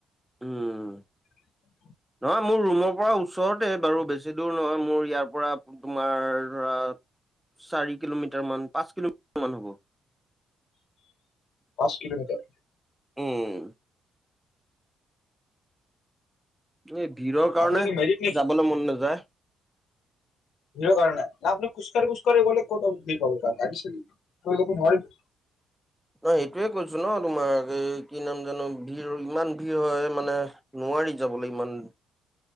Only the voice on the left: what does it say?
<inaudible>
পাচ কিলোমিটাৰ।
আপুনি কি মেৰিট নেকি
ভিৰৰ কাৰণে অ, আপুনি খোজকাঢ়ি - খোজকাঢ়ি গলে ক'ত ভিৰ পাব। <inaudible>